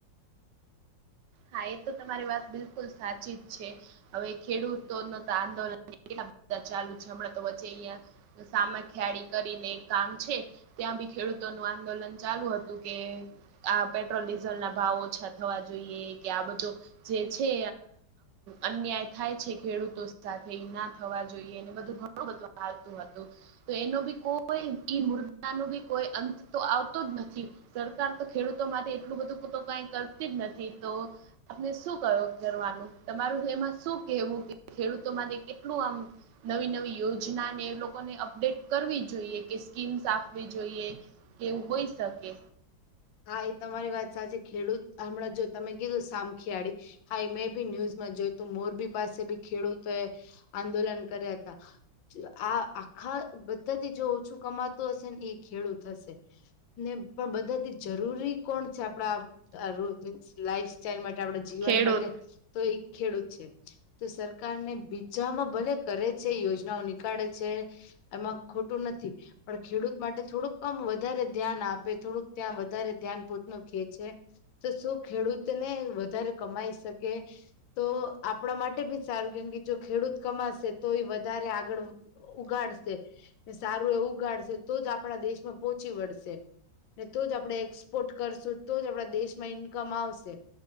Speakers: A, on the right (about 70°); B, on the left (about 80°).
A: હા એ તો તમારી વાત બિલકુલ સાચી જ છે હવે ખેડૂતો ન તો આંદોલન કેટલા બધા ચાલુ છે હમણાં તો વચ્ચે અહિયાં સામે ખિયાળ કરીને એક કામ છે ત્યાં બી ખેડૂતોનું આંદોલન ચાલુ હતું કે આ પેટ્રોલ ડીઝલ ના ભાવ ઓછા થવા જોઈએ કે આ બધો જે છે અન્યાય થાય છે ખેડૂતો સાથે ના થવા જોઈએ અને બધું ઘણું બધું હાલતું હતું તો એનો બી કોઈ ઈ મુર્દા નું બી કોઈ અંત તો આવતો જ નથી. સરકાર તો ખેડૂતો માટે એટલું બધું કઈ કરતી જ નથી. તો આપને શું ક કરવાનું તમારું એમાં શું કેવું કે ખેડૂતો માટે કેટલું આમ નવી નવી યોજનાને એ લોકોને અપડેટ કરવી જોઈએ કે સ્કીમ્સ આપવી જોઈએ કેવું હોઈ શકે
B: હા એ તમારી વાત સાચી ખેડૂત હમણાં જો તમે કીધું સામખિયાળી હા એ મેં ભી ન્યૂઝમાં જોય તું મોરબી પાસે ભી ખેડૂતોએ આંદોલન કર્યા હતા આ આખા બધાથી જો ઓછું કમાતું હશે ને એ ખેડૂત હશે ને પણ બધા જરૂરી કોણ છે આપ ડા મીન્સ લાઈફ સાઈલ માટે આપણા જીવન
A: ખેડૂત
B: માટે તો એક ખેડૂત છે. તો સરકાર ને બીજામાં ભલે કરે છે યોજનાઓ નીકાળે છે. એમાં ખોટું નથી પણ ખેડૂત માટે થોડુંકમ વધારે ધ્યાન આપે થોડુંક ત્યાં વધારે ધ્યાન પોત નખે છેે. તો શું ખેડૂતને વધારે કમાઈ શકે તો આપણા માટે ભી સારું કેમ કે જો ખેડૂત કમાશે તો એ વધારે આગળ ઉગાડશે સારું એવું ઉગાડશે તો જ આપણા દેશમાં પોહોંચી વળશે ને તો જ આપડે એક્સપોર્ટ કરશું તો જ આપડા દેશમાં ઈન્કમ આવશે.